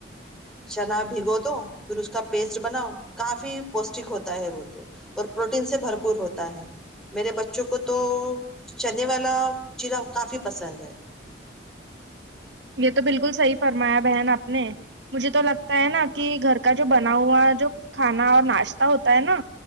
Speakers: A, in the centre; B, on the right.
A: چنا بھگو دو پھر اس کا پیسٹ بناؤ کافی پوشٹک ہوتا ہے وہ تو اور پروٹین سے بھرپور ہوتا ہے میرے بچوں کو تو چنے والا چزا کافی پسند ہے
B: یہ تو بالکل صحیح فرمایا بہن آپ نے مجھے تو لگتا ہے نا کہ گھر کا جو بنا ہوا جو کھانا اور ناشتہ ہوتا ہے نا